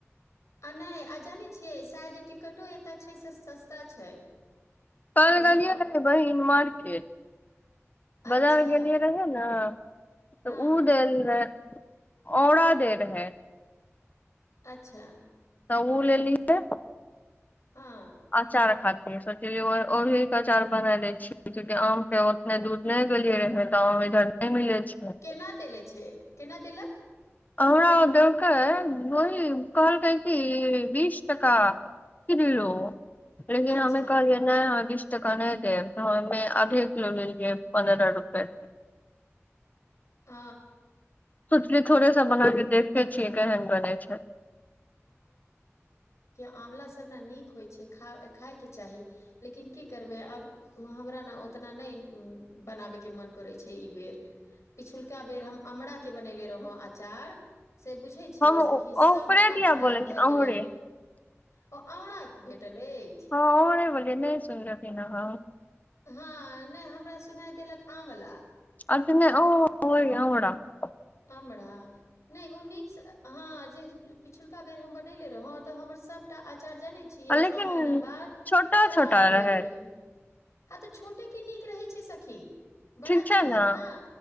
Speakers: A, on the left; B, on the left.
A: आ नहि आ जानै छियै शायद टिकटो एतय छै से सस्ता छै
B: कल
A: बुझलहुँ
B: गेलियै रहै बहिन मार्केट
A: अच्छा
B: बाजार गेलियै रहे ने तऽ
A: हँ
B: ओ देल रहे औड़ा दे रहै
A: अच्छा
B: तऽ ओ लेलियै
A: हँ
B: अचार खाद सोचलियै ओहिे अचार बना ले छीय क्यूंकि आम के उतने दूर नहि गेलिये रहे तऽ आम इधर नहि मिले छै
A: केना देले छै केना देलक
B: हमरा देलकै वही कहलकै कि बीस टाका किलो लेकिन
A: अच्छा
B: हमे कहलियै नहि हमरा बीस टका नहि देब त हमे आधे किलो लेलियै पन्द्रह रुपे
A: ह
B: सोचली थोड़ेसँ बन देखे छियै केहन बनै छै
A: आँवलला सब ने नीक होइ छै खायके चाही लेकिन की करबै आब हमरा न ओ उतना नहि बनाबे के मन करै छै ई बेर पिछुलका बेर हम अमराक के बननेे रहौ अचार से बुझै छियै
B: हम
A: सखी सभटा
B: ओकरे दिया
A: खराब
B: बोलै
A: भए
B: छी
A: गेलै
B: अमरे
A: ओ अमरा भेटल अछि
B: हँ <unintelligible>
A: हँ नहि हमरा सुनाइ देलक आमवला
B: अथि नै ओ ओइ औरा <unintelligible>
A: अमरा नहि ओ नीक सँ हँ जे पिछुलका बेर हम बनैले रहौं तऽ हमर सभटा अचार अंचार जानै छियै
B: लेकिन
A: छओ महीना बाद
B: छोटा
A: खराब
B: छोटा
A: भए
B: रहै
A: गेलै ह तऽ छोटे के नीक रहे छै सखी बड़ा
B: ठीक छै
A: जे रहत
B: ने
A: न